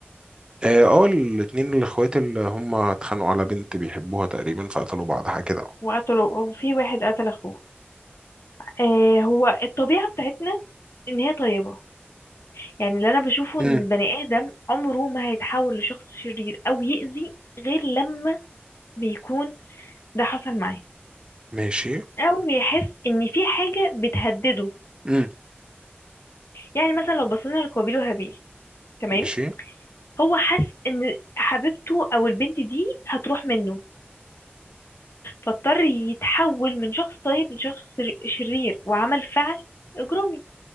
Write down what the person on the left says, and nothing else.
وقتلوا وفي واحد قتل اخوه آه هو الطبيعة بتاعتنا ان هي طيبة يعني اللي انا بشوفه
ان البني ادم عمره ما هيتحول لشخص شرير او يأذي غير لما بيكون ده حصل معاه
او بيحس ان في حاجة بتهدده
يعني مثلا لو بصينا لقابيل وهابيل تمام
هو حس ان حبيبته او البنت دي هتروح منه فاضطر يتحول من شخص طيب لشخص شرير وعمل فعل اجرامي